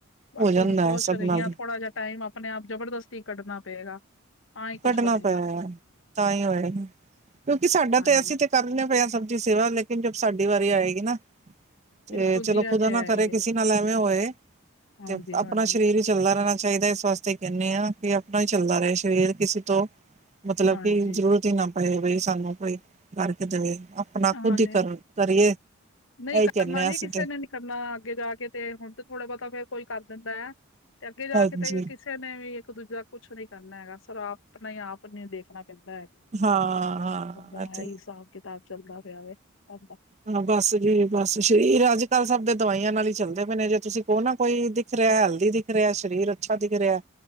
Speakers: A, on the left; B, on the right.
A: ਬਸ
B: ਹੋ ਜਾਂਦਾ
A: ਹੁਣ ਸੋਚ
B: ਹੈ ਸਭ
A: ਰਹੀ
B: ਨਾਲ
A: ਹਾਂ
B: ਹੀ।
A: ਥੋੜਾ ਜਿਹਾ ਟਾਈਮ ਆਪਣੇ ਆਪ ਜਬਰਦਸਤੀ ਕੱਢਣਾ ਪਏਗਾ। ਤਾਂ ਹੀ ਕੁਛ
B: ਕੱਢਣਾ
A: ਬਣੇਗਾ
B: ਪੈ, ਤਾਂ ਹੀ ਹੋਏਆ, ਕਿਉਂਕਿ ਸਾਡਾ
A: ਹਾਂਜੀ
B: ਤੇ ਅਸੀਂ ਤੇ ਕਰਨੇ ਪਏ ਆ ਸਬ ਦੀ ਸੇਵਾ, ਲੇਕਿਨ ਜਦ ਸਾਡੀ ਵਾਰੀ ਆਏਗੀ ਨਾ। ਤੇ
A: ਬਿਲਕੁਲ
B: ਚਲੋ
A: ਜੀ ਇਹ
B: ਖੁਦਾ
A: ਤੇ
B: ਨਾ
A: ਹੈ
B: ਕਰੇ
A: ਹੀ
B: ਕਿਸੇ
A: ਹੈ
B: ਨਾਲ ਐਵੇਂ ਹੋਏ,
A: ਹਾਂਜੀ
B: ਤੇ ਆਪਣਾ
A: ਹਾਂਜੀ
B: ਸ਼ਰੀਰ ਚੱਲਦਾ ਰਹਿਣਾ ਚਾਹੀਦਾ ਇਸ ਵਾਸਤੇ ਕਹਿੰਦੇ ਹਾਂ, ਕਿ ਆਪਣਾ ਹੀ ਚੱਲਦਾ ਰਹੇ ਸ਼ਰੀਰ ਕਿਸੇ ਤੋਂ ਮਤਲਬ
A: ਹਾਂਜੀ
B: ਕਿ ਜ਼ਰੂਰਤ ਹੀ ਨਾ ਪਏ ਬਈ ਸਾਨੂੰ ਕੋਈ, ਕਰਕੇ ਦੇਵੇ ਅ ਆਪਣਾ
A: ਹਾਂ
B: ਖੁੱਦ
A: ਨਹੀਂ
B: ਹੀ ਕਰ, ਕਰ ਲਏ,
A: ਨਹੀਂ
B: ਇਹੀ
A: ਕਰਨਾ
B: ਕਹਿੰਦੇ ਹਾਂ
A: ਜੀ
B: ਅਸੀਂ
A: ਕਿਸੇ
B: ਤੇ
A: ਨੇ ਨੀ ਕਰਨਾ, ਅੱਗੇ ਜਾ ਕੇ ਤੇ ਹੁਣ ਤੇ ਥੋੜਾ ਬਹੁਤਾ ਫੇਰ ਕੋਈ ਕਰ ਦਿੰਦਾ ਆ, ਤੇ ਅੱਗੇ ਜਾ
B: ਹਾਂਜੀ
A: ਕੇ ਤੇ ਕਿਸੇ ਕਿਸੇ ਨੇ ਵੀ ਇੱਕ ਦੂਜਾ ਕੁਛ ਨੀ ਕਰਨਾ ਹੈਗਾ, ਸਬ ਆਪਣਾ ਹੀ ਆਪ ਨੂੰ ਦੇਖਣਾ ਪੈਂਦਾ ਹੈਗਾ।
B: ਹਾਂ, ਹਾਂ
A: ਏਦਾਂ
B: ਇਹ ਤੇ
A: ਇਹੀ
B: ਹੈ ਹੀ।
A: ਹਿਸਾਬ ਕਿਤਾਬ ਚੱਲਦਾ ਪਿਆ, ਅੱਜ ਦਾ
B: ਹਾਂ, ਬਸ ਜੀ ਬਸ। ਸਰੀਰ ਅੱਜ- ਕੱਲ੍ਹ ਸਭ ਦੇ ਦਵਾਈਆਂ ਨਾਲ ਹੀ ਚੱਲਦੇ ਪਏ ਨੇ, ਜੇ ਤੁਸੀਂ ਕੋਹ ਨਾ ਕੋਈ ਦਿਖ ਰਿਹਾ ਹੈਲਥੀ ਦੀ ਦਿਖ ਰਿਹਾ, ਸਰੀਰ ਅੱਛਾ ਦਿਖ ਰਿਹਾ,